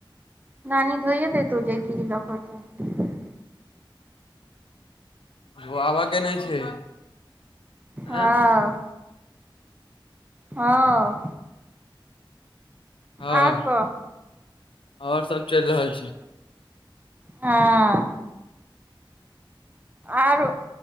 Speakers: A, on the right; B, on the left.
A: नान धोइयत तू जेति लोकख त
B: जो आबऽ के नहि छै
A: हँ
B: एँ
A: हँ
B: हँ
A: आर क
B: और सब चलि रहल
A: हँ आरो